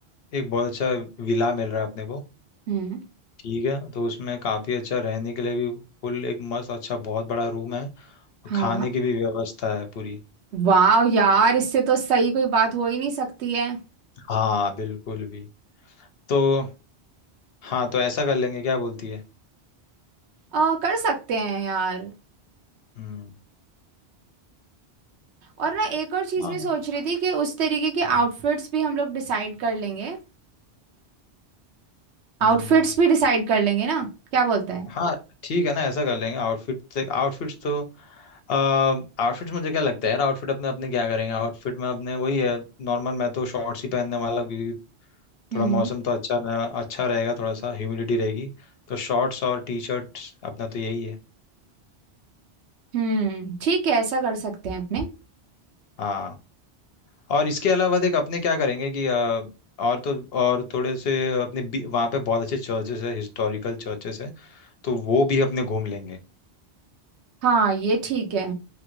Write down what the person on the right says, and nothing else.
हम्म
हाँ
वाह यार इससे तो सही कोई बात हो ही नहीं सकती है
आ, कर सकते हैं यार
और ना एक और चीज़
मैं सोच रही थी कि उस तरीके के
आउटफिट्स भी हम लोग डिसाइड कर लेंगे
आउटफिट्स भी डिसाइड कर लेंगे ना क्या बोलता है
हम्म
हम्म ठीक है ऐसा कर सकते हैं अपने
हाँ ये ठीक है